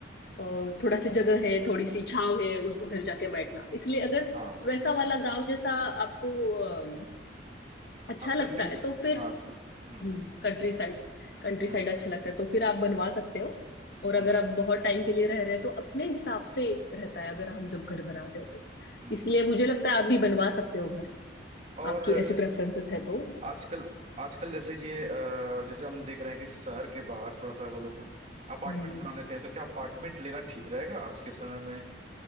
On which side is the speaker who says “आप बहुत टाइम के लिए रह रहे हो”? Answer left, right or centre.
Left